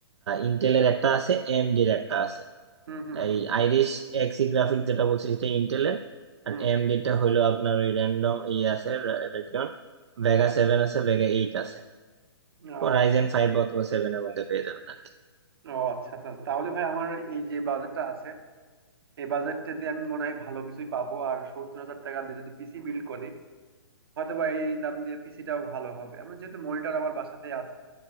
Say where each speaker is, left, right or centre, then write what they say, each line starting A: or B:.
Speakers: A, on the right; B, on the right.
A: ইন্টেলের একটা আছে এএমডি এর একটা আছে
B: হুম হুম
A: এই
B: হুম
A: আইরিশ এক্সি গ্রাফিক্স যেটা বলছি সেটা ইন্টেলের আর
B: হুম,
A: এএমডি টা হইলো আপনার ওই র্যান্ডম ই আছে রেডিয়ন ভেগা
B: হুম,
A: সেভেন আছে ভেগা এইট আছে
B: হুম।
A: তো
B: ও
A: রাইজেন ফাইভ অথবা সেভেন এর মধ্যে পেয়ে যাবেন আর কি
B: ও আচ্ছা আচ্ছা আচ্ছা। তাহলে ভাই আমার এই যে বাজেটটা আছে এই বাজেটটা দিয়ে আমি মনে হয় ভালো কিছুই পাবো আর সত্তর হাজার টাকা দিয়ে যদি পিসি বিল্ড করি হয়তো বা এই দাম দিয়ে পিসিটাও ভালো হবে আমার যেহেতু মনিটর আমার বাসাতেই আছে